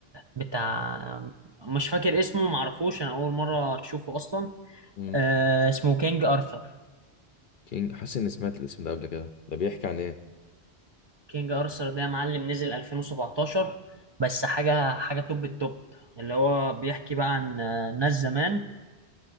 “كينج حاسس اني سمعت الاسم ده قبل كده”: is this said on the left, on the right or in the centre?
Left